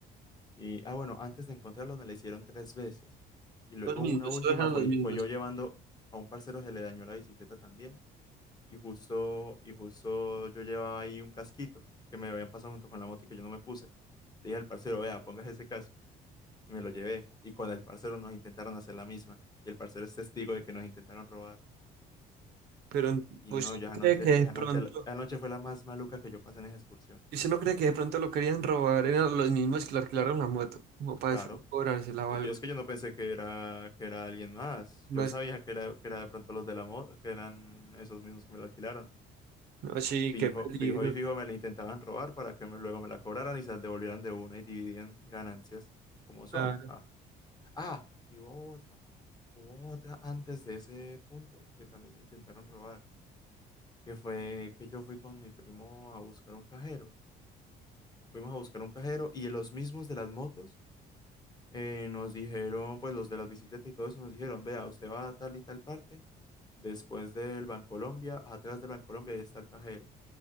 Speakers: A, on the left; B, on the right.
A: Y, ah, bueno, antes de encontrarlos me la hicieron tres veces. Y luego
B: Los mismos,
A: una última
B: todos eran
A: fue,
B: los mismos.
A: fue yo llevando a un parcero se le dañó la bicicleta también y justo, y justo yo llevaba ahí un casquito que me habían pasado junto con la moto y que yo no me puse. Le dije al parcero, vea, póngase ese casco. Y me lo llevé. Y con el parcero nos intentaron hacer la misma. Y el parcero es testigo de que nos intentaron robar.
B: Pero en-
A: Y
B: usted
A: no, yo
B: no
A: anoche,
B: cree que de
A: anoche,
B: pronto,
A: anoche fue la más maluca que yo pasé en esa excursión.
B: usted no cree que de pronto lo querían robar, eran los mismos que le alquilaron la moto, como para
A: Claro.
B: después cobrársela
A: eh,
B: o algo.
A: Yo es que yo no pensé que era, que era alguien más. Yo
B: No,
A: sabía
B: sé,
A: que era, que era de pronto los de la moto, que eran esos mismos que me lo alquilaron.
B: no, sí,
A: Fijo,
B: qué peligro,
A: fijo y fijo me la intentaban robar para que me- luego me la cobraran y se la devolvieran de una y dividían ganancias como son.
B: claro.
A: Ah, ah, y hubo otra, hubo otra antes de ese punto que también me intentaron robar, que fue que yo fui con mi primo a buscar un cajero. Fuimos a buscar un cajero y los mismos de las motos eh, nos dijeron, pues los de las bicicletas y todo eso nos dijeron, vea, usted va a tal y tal parte, después del Bancolombia, atrás del Bancolombia ahí está el cajero.